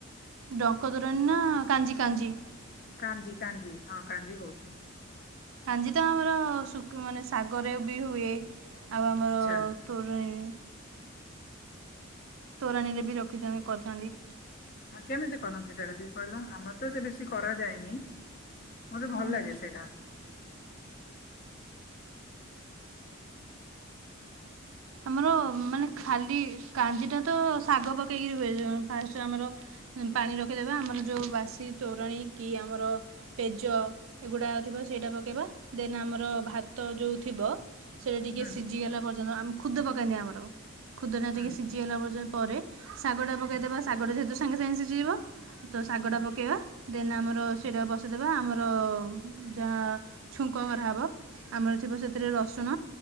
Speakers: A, on the right; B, on the left.
A: ଡଙ୍କ ଦୋରଣୀ ନା କାଞ୍ଜି କାଞ୍ଜି।
B: କାଞ୍ଜି କାଞ୍ଜି ହଁ କାଞ୍ଜି ହିଁ ହଉଛି।
A: କାଞ୍ଜି ତ ଆମର ଶୁଖ ମାନେ ଶାଗରେ ବି ହୁଏ ଆଉ ଆମର।
B: ଆଚ୍ଛା।
A: ତୋରାଣି। ତୋରାଣୀରେ ବି ରଖିଥାନ୍ତୀ କରିଥାନ୍ତି।
B: ହ କେମିତି କରନ୍ତି ସେଟା ଟିକେ କହିଲ ଆମର ତ ସେ ବେଶି କରାଯାଏନି। ମତେ ଭଲ
A: ହୁଁ
B: ଲାଗେ ସେଇଟା।
A: ଆମର ମାନେ ଖାଲି କାଞ୍ଜିଟା ତ ଶାଗ ପକେଇକରି ହୁଏ ଫାଷ୍ଟ ଆମର। ପାଣି ରଖିଦେବେ ଆମର ଯୋଉଁ ବାସି ତୋରାଣ କି ଆମର ପେଜ। ଏଗୁଡ଼ା ଥିବ ସେଇଟା
B: ହୁଁ
A: ପକେଇବା ଦେନ୍ ଆମର ଭାତ ଯୋଉଁ ଥିବ। ସେଇଟା ଟିକିଏ
B: ହୁଁ
A: ସିଝିଗଲା ପର୍ଯ୍ୟନ୍ତ ଆମେ ଖୁଦ ପକାନ୍ତିି ଆମର ଖୁଦ ଟା
B: ହୁଁ।
A: ଟିକିଏ ସିଝିଗଲା ପଯ୍ୟ ପରେ। ଶାଗ ଟା ପକେଇଦବା
B: ହଁ
A: ଶାଗଟା ଯେହେତୁ ସାଙ୍ଗେ ସାଙ୍ଗେ ଶିଝିଯିବ। ତ ଶାଗଟା
B: ହଁ
A: ପକେଇବା ଦେନ୍ ଆମର
B: ହଁ
A: ସେଇଟା ବସେଇଦେବା ଆମର। ଯାହା ଛୁଙ୍କ କରାହବ ଆମର ଥିବ ସେଥିରେ ରସୁଣ